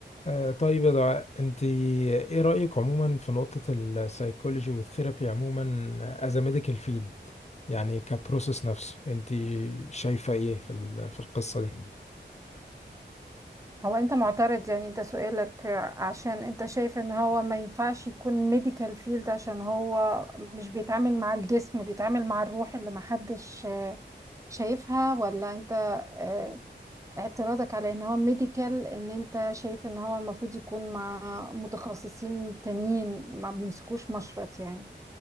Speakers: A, on the left (about 35°); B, on the right (about 15°).
A: آه، طيب يا دعاء انت ايه رأيك عموما في نقطة السايكولوجي والثيرابي عموما از ميديكال فيلد يعني كبروسيس نفسه انت شايفة ايه في ال- في القصة دي
B: هو انت معترض يعني انت سؤالك عشان انت شايف ان هو ما ينفعش يكون ميديكال فيلد عشان هو مش بيتعامل مع الجسم بيتعامل مع الروح اللي محدش شايفها ولا انت اه، اعتراضك على ان هو ميديكال ان انت شايف ان هو المفروض يكون مع متخصصين تانيين ما بيمسكوش مشرط يعني